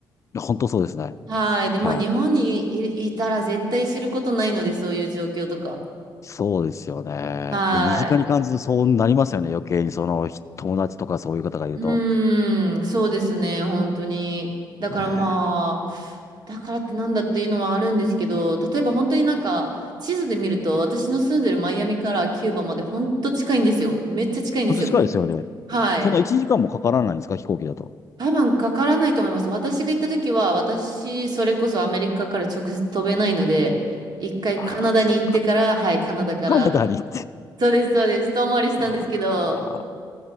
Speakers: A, on the left; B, on the right.
A: 本当そうですね。
B: はい。で、
A: はい。
B: まあ日本にい、いたら絶対知ることないので、そういう状況とか。
A: そうですよね。
B: はい。
A: で、身近に感じるとそうなりますよね。余計にそのひ友達とかそういう方がいると。
B: うーん、そうですね、本当に。だからまあ、
A: えー、
B: だからってなんだっていうのはあるんですけど、例えば本当になんか、地図で見ると、私の住んでるマイアミからキューバまで本当近いんですよ。めっちゃ近いんですよ。
A: 本当近いですよね。
B: はい。
A: そんな1時間もかからないんですか飛行機だと。
B: 多分かからないと思います。私が行った時は、私、それこそアメリカから直接飛べないので、一回カナダに行ってから、
A: ああ、そっか。
B: はい、カナダから、
A: カナダに行って。
B: そうです、そうです、遠回りしたんですけど、
A: ああ、